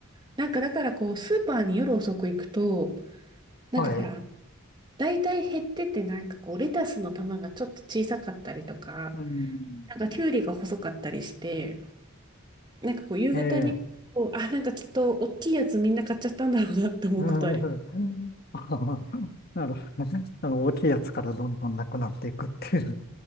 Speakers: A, on the right; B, on the left.
A: なんかだからこうスーパーに夜遅く行くと、なんかほら、
B: はい。
A: 大体減っててなんかこうレタスの玉がちょっと小さかったりとか、
B: うん、
A: なんかきゅうりが細かったりして、なんかこう夕方にこう、
B: ええ
A: あ、なんかきっと大きいやつみんな買っちゃったんだろうなって思うことありま
B: うん <laughs> なるほど。<laughs> あの大きいやつからどんどんなくなっていくっていう。